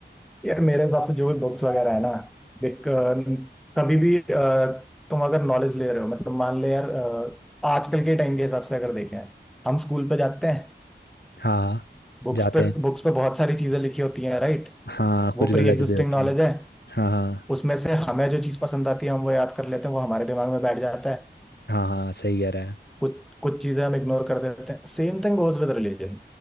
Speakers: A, in the centre; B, on the left (about 65°).
A: यार मेरे हिसाब से जो भी बुक्स वगैरह है ना देख अ, कभी भी अ, तुम अगर नॉलेज ले रहे हो मतलब मान ले यार अ, आजकल के टाइम के हिसाब से अगर देखें हम स्कूल पे जाते हैं
B: हाँ
A: बुक्स
B: जाते
A: पे
B: हैं
A: बुक्स पे बहुत सारी चीजें लिखी होती हैं राइट
B: हाँ कुछ
A: वो
B: गलत
A: प्री एग्जिस्टिंग
B: भी <laughs> होती
A: नॉलेज
B: है
A: है
B: हाँ हाँ
A: उसमें से हमें जो चीज पसंद आती है हम वो याद कर लेते हैं वो हमारे दिमाग में बैठ जाता है
B: हाँ हाँ सही कह रहा है
A: कुछ कुछ चीजें हम इग्नोर कर देते हैं Same thing goes with religion